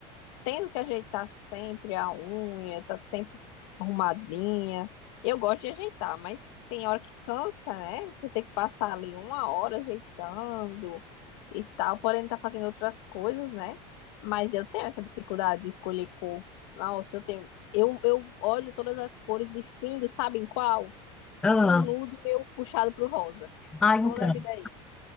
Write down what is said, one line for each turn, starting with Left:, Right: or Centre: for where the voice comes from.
Left: tendo que ajeitar sempre a unha, tá sempre arrumadinha. Eu gosto de ajeitar, mas tem hora que cansa, né? Você tem que passar ali uma hora ajeitando e tal, porém tá fazendo outras coisas, né? Mas eu tenho essa dificuldade de escolher cor. Nossa, eu tenho. Eu, eu olho todas as cores e findo, sabe em qual?
Centre: Ah,
Left: Um nude meu puxado pro rosa.
Centre: ah, então,
Left: Toda a vida é isso.